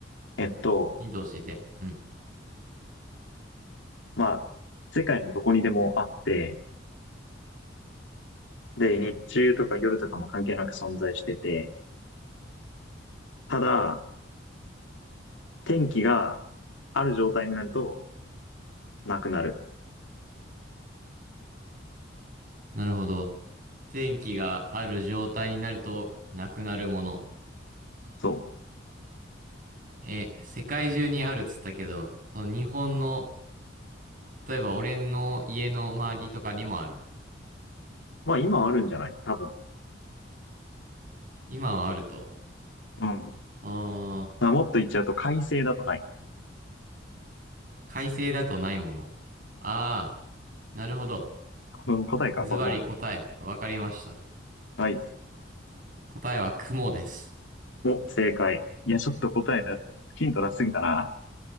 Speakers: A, on the left; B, on the right.
A: えっと、
B: ヒント教えて。うん。
A: まあ、世界のどこにでもあって、で、日中とか夜とかも関係なく存在してて、ただ、天気がある状態になるとなくなる。
B: なるほど。天気がある状態になるとなくなるもの。
A: そう。
B: え、世界中にあるっつったけど、その日本の例えば俺の家の周りとかにもある。
A: まあ、今あるんじゃない多分。
B: 今はあると。
A: うん。
B: うーん、
A: まあ、もっと言っちゃうと、快晴だとない。
B: 快晴だとないもの。ああ、なるほど。
A: この答えか、
B: ズバリ答え、
A: これも
B: わかりました。
A: う。はい。
B: 答えは雲です。
A: お、正解。いや、ちょっと答えだ、
B: うん
A: ヒント出しすぎたな。